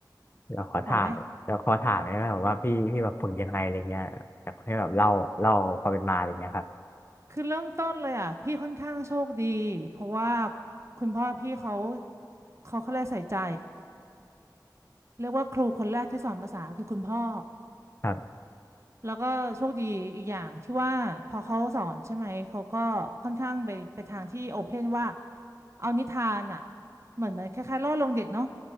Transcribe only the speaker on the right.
ไหวไหมคือเริ่มต้นเลยอ่ะพี่ค่อนข้างโชคดีเพราะว่าคุณพ่อพี่เขาเขาเขาเรียกใส่ใจเรียกว่าครูคนแรกที่สอนภาษาคือคุณพ่อ
แล้วก็โชคดีอีกอย่างที่ว่าพอเขาสอนใช่ไหมเขาก็ค่อนข้างไปไปทางที่โอเพนว่าเอานิทานอ่ะเหมือนมันคล้ายๆล่อลวงเด็กเนาะ